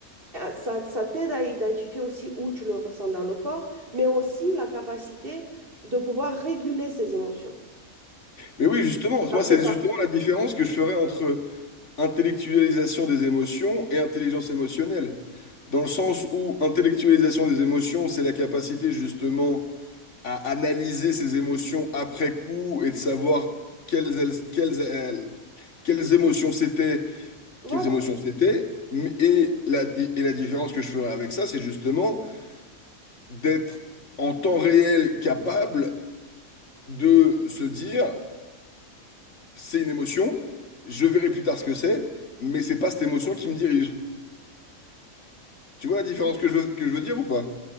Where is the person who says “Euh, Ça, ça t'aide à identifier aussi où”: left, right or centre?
Right